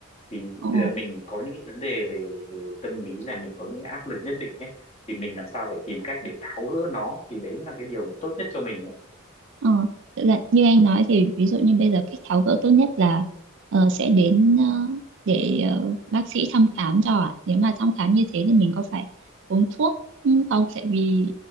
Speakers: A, on the left; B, on the right.
A: thì
B: ờ,
A: bây giờ mình có những cái vấn đề về về tâm lý là mình có những cái áp lực nhất định ấy thì mình làm sao phải tìm cách để tháo gỡ nó thì đấy mới là cái điều mà tốt nhất cho mình
B: ờ. Thực ra như anh nói thì ví dụ như bây giờ cách tháo gỡ tốt nhất là ờ, sẽ đến ờ,
A: ấy
B: để ờ, bác sĩ thăm khám cho ạ nếu mà thăm khám như thế thì mình có phải uống thuốc ừ, không tại vì